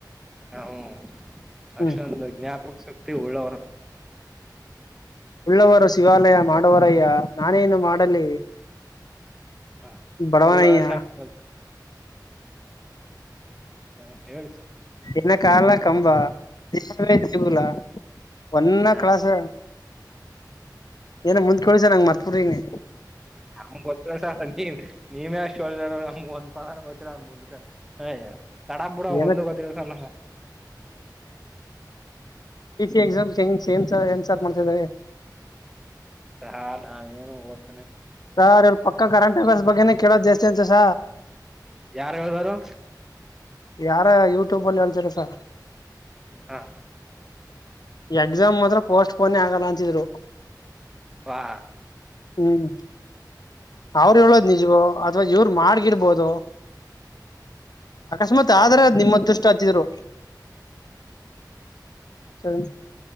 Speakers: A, in the centre; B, on the left (about 65°).
A: ನಾವು ಅಷ್ಟೊಂದು
B: ಹ್ಮ್
A: ಜ್ಞಾಪಕ ಶಕ್ತಿ ಉಳ್ಳವರ
B: ಉಳ್ಳವರು ಶಿವಾಲಯ ಮಾಡುವರಯ್ಯ ನಾನೇನು ಮಾಡಲಿ
A: ಹಾ
B: ಬಡವನಯ್ಯ.
A: ಕೂಡ ಸಂಗ ಹಾ ಹೇಳಿಸರ.
B: ದಿನ ಕಾಲ ಕಂಬ ದಿನವೇ ದೇಗುಲ.
A: ಹ
B: ಒನ್ನ
A: ಹ
B: ಕ್ಲಾಸ್ ಏನ ಮುಂದ ಕಳಸ ನಂಗ ಮರೆತುಬಿಟ್ಟಿದ್ದೀನಿ.
A: ನಮಗ ಗೊತ್ತಿಲ್ಲ ನೀ ನೀವ ಅಷ್ಟೋ <unintelligible> ನಮ್ಗ ಒಂದ್ ಪದಾನು ಗೊತ್ತಿರ ಅ ಮುಂದ್ಕ ಅಯ್ಯ ತಡಾಪೂಡ
B: ಏನ
A: ಒಂದು ಗೋತ್ತಿಲ್ಲ ನಂಗ.
B: ಪಿ ಸಿ ಎಕ್ಸಾಮ ಹೆಂಗ ಸೇಮ್ ಸರ ಏನ್ ಸೆಟ್ ಮಾಡ್ತಿದ್ದಾರೆ.
A: ಟ್ರಾ ಹಾ ನೀನು ಒದ
B: ಸಾರ್ ಇಲ್ಲಿ ಪಕ್ಕ ಕರೆಂಟ್ ಅಪ್ಪೀರಸ್ ಬಗ್ಗೆನೆ ಕೇಳೋದ್ ಜಾಸ್ತಿ ಅಂತಸ.
A: ಯಾರು ಹೇಳುದಾರು.
B: ಯಾರೋ ಯೂಟ್ಯೂಬ್ ಅಲ್ಲಿ ಹೇಳ್ತರಸರ.
A: ಹಾ.
B: ಎಕ್ಸಾಮ್ ಮಾತ್ರ ಪೋಸ್ಟ್ ಪೋನ್ ಆಗಲ್ಲ ಅಂತಿದ್ರು.
A: ವಾ
B: ಹ್ಮ್ ಅವ್ರ
A: ಹ್ಮ್
B: ಹೇಳೋದು ನಿಜವೂ ಅಥವಾ ಇವರು ಮಾಡಗಿರ್ಬೋದು. ಅಕಸ್ಮಾತ್ ಆದ್ರ ನಿಮ್ಮ ಅದೃಷ್ಟ ಅಂತೀರು. ಸರಿ